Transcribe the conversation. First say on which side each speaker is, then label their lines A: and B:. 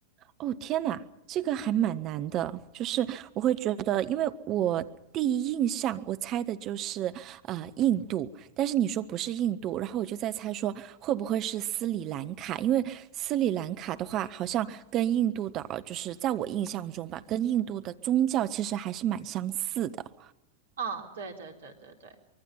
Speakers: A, on the right; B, on the right.
A: 哦，天呐，这个还蛮难的，就是我会觉得，因为我第一印象我猜的就是呃印度，但是你说不是印度，然后我就在猜说会不会是斯里兰卡，因为斯里兰卡的话，好像跟印度的，就是在我印象中吧，跟印度的宗教其实还是蛮相似的。
B: 啊，对对对对对。